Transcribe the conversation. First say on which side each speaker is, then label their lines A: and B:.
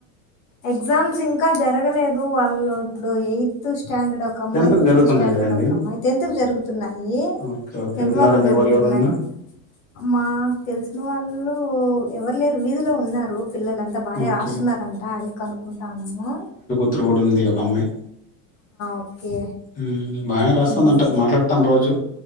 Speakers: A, on the left (about 70°); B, on the left (about 20°).
A: ఎక్సామ్స్ ఇంకా జరగలేదు వాళ్ళు ఇప్పుడు ఎయిత్ స్టాండర్డ్ ఒక అమ్మాయి
B: టెన్త్ కు
A: ఫిఫ్త్
B: జరుగుతున్నాయి
A: స్టాండర్డ్
B: కదండి
A: ఒక అమ్మాయి, టెన్త్ జరుగుతున్నాయి
B: ఓకే ఓకే
A: టెన్త్
B: ఉన్నారా
A: వాళ్ళకు
B: మీ
A: జరుగుతున్నాయి
B: వాళ్ళు ఎవరన్నా
A: మా తెలుసు ఉన్న వాళ్ళు ఎవరు లేరు వీధిలో ఉన్నారు. పిల్లలంతా బాగానే
B: ఓకే
A: రాస్తున్నారంట అడికినుకుంటా ఉన్నాము.
B: తోడ్ ఉంది ఒక అమ్మాయి
A: ఓకే.
B: ఉమ్ బానే రాస్తుందంట
A: హ్మ్.
B: మాట్లాడుతాం రోజు